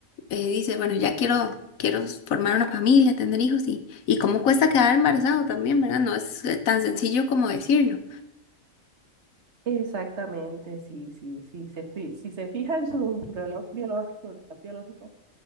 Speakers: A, on the left; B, on the right.
A: eh, dice, bueno, ya quiero, quiero formar una familia, tener hijos y, y cómo cuesta quedar embarazado también, ¿verdad? No es eh, tan sencillo como decirlo.
B: Exactamente, sí, sí, sí. Se, fi- si se fija en su reloj biológico, reloj biológico,